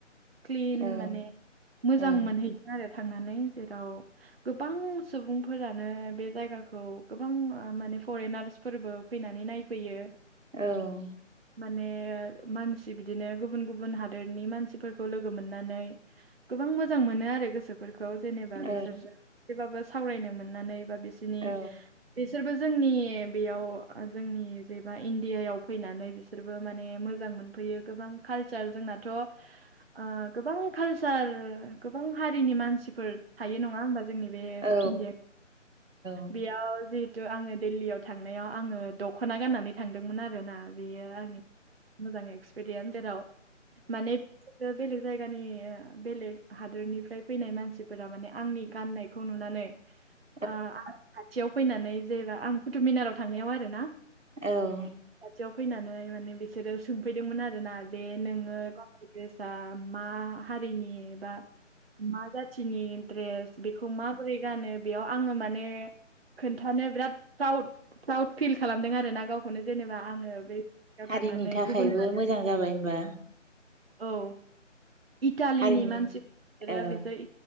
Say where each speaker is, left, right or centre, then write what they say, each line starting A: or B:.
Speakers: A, on the right (about 50°); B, on the right (about 80°).
A: क्लिन
B: औ
A: माने मोजां
B: औ
A: मोनहैदों आरो थांनानै जेराव गोबां सुबुंफोरानो बे जायगाखौ गोबां ओ माने फरेनार्स फोरबो फैनानै नायफैयो
B: औ
A: माने मानसि बिदिनो गुबुन गुबुन हादोरनि मानसि फोरखौ लोगो मोननानै गोबां मोजां मोनो आरो गोसोफोरखौ जेनेबा
B: औ
A: बिसोर एसेबाबो सावरायनो मोननानै बा बिसिनि
B: औ
A: बिसोरबो जोंनि बेयाव जोंनि जेबा इण्डियायाव फैनानै बिसोर बिसोरबो माने मोजां मोनफैयो गोबां कालचार जोंनाथ' आ गोबां कालसार गोबां हारिनि मानसिफोर थायो नङा होमबा जोंनि बे
B: औ
A: इणडिया
B: औ
A: बेयाव जि थु आङो दिल्लीयाव थांनायाव आङो दख'ना गाननानै थांदोंमोन आरोना बेयो आंनि मोजां एक्सपिरियेन्स जेराव। माने बेलेग जायगानि बेलेग हादोरनिफ्राय फैनाय मानसिफोरा माने आंनि गाननायखौ नुनानै
B: <inaudible>
A: आ आं खाथियाव फैनानै जेनेबा आं कुथुबमिनाराव थांनायाव आरो ना।
B: औ
A: खाथियाव फैनानै माने बिसोरो सोंफैदोंमोन आरोना बे नोङो मा हारिनि एबा मा जाथिनि द्रेस बेखौ माबोरै गानो? बेयाव आङो माने खोन्थानो बिरादउ प्राउद प्राउड फिल खालामदों आरो ना गाव खौनो जेनेबा आङो बे जायगायाव
B: हारिनि
A: थांनानै
B: थाखायबो
A: गुबुन हारि
B: मोजां जाबाय होनबा
A: औ इटालिनि
B: हारिनि
A: मानसि बिसोरो
B: औ
A: बिसोर